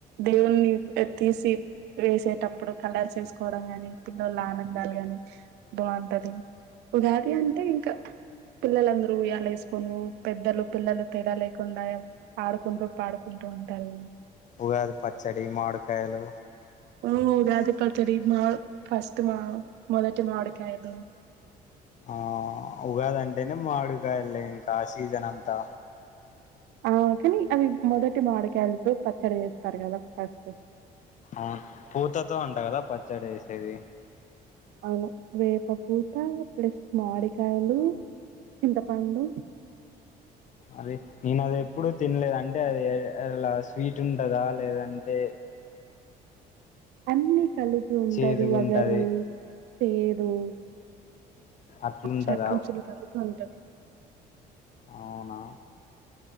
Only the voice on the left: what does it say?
ఉగాది పచ్చడి మావిడికాయలు
ఆ ఉగాదంటేనే మావిడికాయలే ఇంకా ఆ సీజన్ అంతా
ఆ పూతతో అంట కదా పచ్చడి చేసేది
అది నేను అది ఎప్పుడు తినలేదు అంటే అది అలా స్వీట్ ఉంటదా లేదంటే
చేదుగుంటది
అట్లుంటదా
అవునా